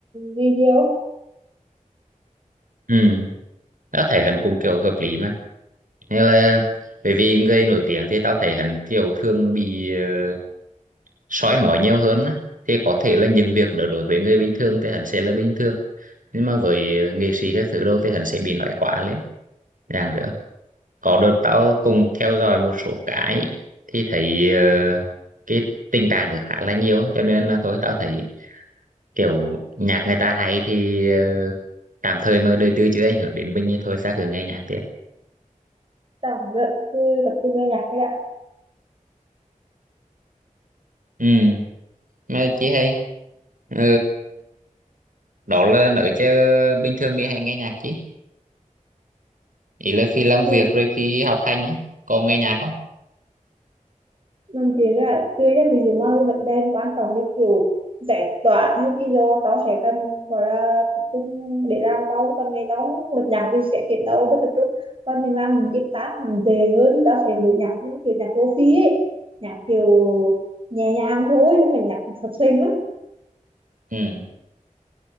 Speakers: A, on the right (about 40°); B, on the right (about 75°).
A: gì nhiều á.
B: ừ tao thấy hắn cũng kiểu hợp lý mà như là bởi vì người nổi tiếng thì tao thấy hắn kiểu thường bị uh, soi mói nhiều hơn á. thì có thể là những việc nữa đối với người bình thường thì hắn sẽ là bình thường nhưng mà với ờ, nghệ sĩ các thứ đâu thì hắn sẽ bị nói quá lên ràng rỡ có đợt tao cùng theo dõi một số cái thì thấy ờ, cái tình trạng được khá là nhiều á. cho nên là thôi tao thấy kiểu nhạc người ta hay thì ờ, tạm thời mà đời tư chưa ảnh hưởng đến mình thì thôi ta cứ nghe nhạc tiếp
A: tao cũng rất- cứ tập trung vào nhạc cái đã
B: ừ Mà chị hay ờ, đó là nữ chứ bình thường mình hay nghe nhạc chị ý là khi làm
A: thì
B: việc rồi khi học hành nhá có nghe nhạc không
A: Làm việc là tươi ra ví dụ mà cái vấn đề quan trọng như kiểu giải toán hay cái vô tao sẽ cần gọi là tập trung để làm tao cần ngày tao bật nhạc thì sẽ khiến tao bất tập trung còn mình làm những cái task mình dễ hơn tao sẽ mở nhạc như kiểu nhạc lofi ấy nhạc kiểu nhẹ nhàng thôi chứ không phải nhạc sập sình á
B: ừ